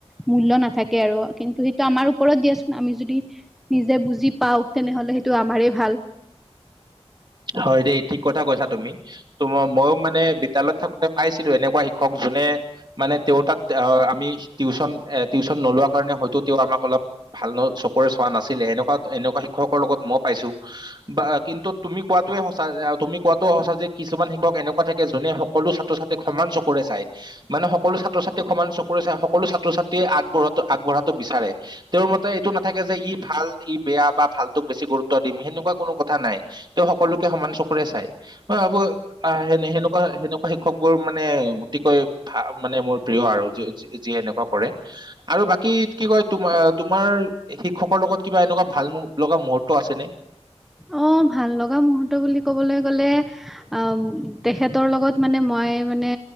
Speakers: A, in the centre; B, on the right.
A: মূল্য নাথাকে আৰু কিন্তু সেইটো আমাৰ ওপৰত দিয়াচোন আমি যদি'। নিজে বুজি পাওঁ তেনেহ'লে সেইটো আমাৰেই ভাল।
B: হয় দেই ঠিক কথা কৈছা তুমি ত মইও মানে বিদ্যালয়ত থাকোঁতে পাইছিলো এনেকুৱা শিক্ষক যোনে মানে তেওঁৰ তাত আমি টিউশন এ টিউশচন নলোৱা কাৰণে হয়তো তেওঁ আমাক অলপ ভাল চকুৰে চোৱা নাছিলে সেনেকুৱা এনেকুৱা শিক্ষকৰ লগত মই পাইছো বা কিন্তু তুমি কোৱাটোৱে সঁচা তুমি কোৱাতো সঁচা যে কিছুমান শিক্ষক এনেকুৱা থাকে যোনে সকলো ছাত্ৰ ছাত্ৰীক সমান চকুৰে চাই মানে সকলো ছাত্ৰ ছাত্ৰীক সমান চকুৰে চাই সকলো ছাত্ৰ ছাত্ৰ আগবঢ়োৱা আগবঢ়াটো বিচাৰে তেওঁৰ মতে এইটো নাথাকে যে ই ভাল ই বেয়া বা ভালটোক বেছি গুৰুত্ব দিম সেনেকুৱা কোনো কথা নাই তেওঁ সকলোকে সমান চকুৰে চাই মই ভাবো আহেনে সেনেকুৱা সেনেকুৱা শিক্ষক বোৰ মানে অতিকৈ ভাল মানে মোৰ প্ৰিয় আৰু যিয়ে এনেকুৱা কৰে আৰু বাকী কি কয় তোম তোমাৰ শিক্ষকৰ লগত কিবা এনেকুৱা ভাল লগা মুহুৰ্ত আছেনে'।
A: অ ভাল লগা মূহুৰ্ত বুলি কবলৈ গলে অ তেখেতৰ লগত মানে মই মানে